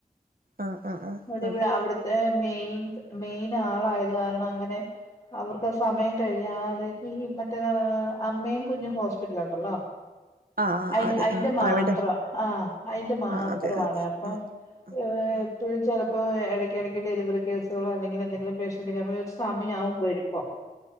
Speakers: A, on the right; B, on the left.
A: ആഹ് ആഹ് ആഹ്
B: ഇവിടെ
A: അതെ
B: അവിടുത്തെ മെയിൻ മെയിൻ ആളായത് കാരണം അങ്ങനെ- അവർക്ക് സമയം കഴിയാതെ ഈ മറ്റേ അമ്മയും കുഞ്ഞും ഹോസ്പിറ്റല് ഉണ്ടല്ലോ-
A: ആഹ്
B: അ
A: അതെ
B: അയിന്റെ
A: ആഹ്
B: മാത്രം
A: അവിടെ
B: ആഹ് അയിന്റെ മാത്രയാണെ
A: ആഹ് അതെ ആഹ്
B: അപ്പം- ഏ
A: ആഹ്
B: എപ്പോഴും ചെലപ്പോ എടയ്ക്ക എടയ്ക്ക് ഡെലിവറി കേസുകളോ അല്ലെങ്കിൽ എന്തെങ്കിലും പേഷ്യന്റ ക- സമയവാവും വരുമ്പോ-